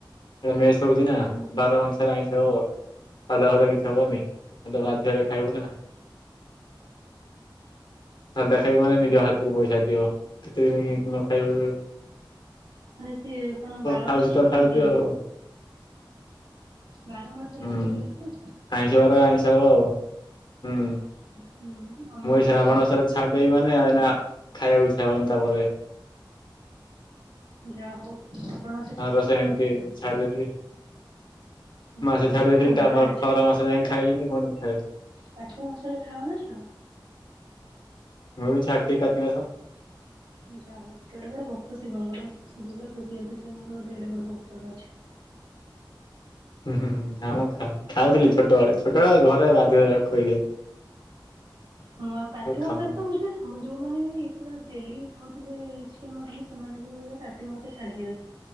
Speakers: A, on the left (about 65°); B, on the right (about 90°).
A: ଏବେ ମେସ୍ ହଉଛି ନା
B: ହୁଁ ହୁଁ।
A: ବାର ଅନସାରେ ଆଇଁଷ ହବ ସାଧା ଫାଦା କିଛି ହବନି ମତେ ବାଧ୍ୟ ରେ ଖାଇବୁ ନା ସାଧା ଖାଇବୁ ମାନେ ନିଜ ହାତରୁ ପଇସା ଦିଅ। କେତେ ଦିନ ନ ଖାଇବ।
B: ମାନେ ସିଏ କଣ ବାର
A: ଖାଉଛୁ
B: ଅନୁସାରେ
A: ତ
B: କରିକି
A: ଖାଉଛୁ
B: ଦିଅନ୍ତି।
A: ଆଉ।
B: ବାର ଅନୁସାରେ
A: ହୁଁ
B: କରିକି ଦିଅନ୍ତି ଆଉ।
A: ଆଇଁଷ ବାରେ ଆଇଁଷ ହବ ଆଉ ହୁଁ।
B: ହୁଁ ଆମର
A: ମୁଁ ଏଇ
B: ବି
A: ଶ୍ରାବଣ
B: ତ ଏଇଠି
A: ମାସ ରେ ଛାଡି ଦେବି ମାନେ ଏଇନା ଖାଇବାକୁ ଇଛା ହବନି ତାପରେ।
B: ଯା ହଉ ଆପଣ
A: ଆର ବର୍ଷ ଏମିତି ଛାଡି ଦେଇଥିଲି।
B: ମୁଁ
A: ମାସେ
B: କିନ୍ତୁ
A: ଛାଡ଼ି ଦେଇଥିଲି ତା
B: ଖା
A: ପର ପର ମାସ ଯାଏଁ ଖାଇଲିନି ପୁଣି ଖାଇଲି।
B: କଟ ମାସରେ ରେ ଖାଅ ନା ଛାଡ଼?
A: ମୁଁ ବି ଛାଡିଦିଏ କାର୍ତିକ ମାସ।
B: ଯା ହଉ କେଡେ ବଡ ଭକ୍ତ ଶିବଙ୍କର ଶିବ ପୁରା ଖୁସି ହଉଥିବେ ଶିବଙ୍କର ଗୋଟେ ଏଡେ ବଡ ଭକ୍ତ ଟେ ଅଛି।
A: ହୁଁ ହୁ ହୁଁ ଆଁ ମ ଖାଉଥିଲି ଛୋଟବେଳେ ଛୋଟବେଳେ ଘରେ ବାଧ୍ୟରେ ଖଇ
B: ମୁଁ ଆଉ କାର୍ତିକ ମାସା
A: ଖାଉନା।
B: ରେ ତ ମୁଁ ସେ ହଁ ଯଉମାନେ ବି ପୁରା ଡେଲି ଖାଉଥିବେ ଚିକେନ୍ ମଟନ୍ ସେମାନେ ବି ବୋଧେ କାର୍ତିକ ମାସରେ ଛାଡ଼ିଦିଅ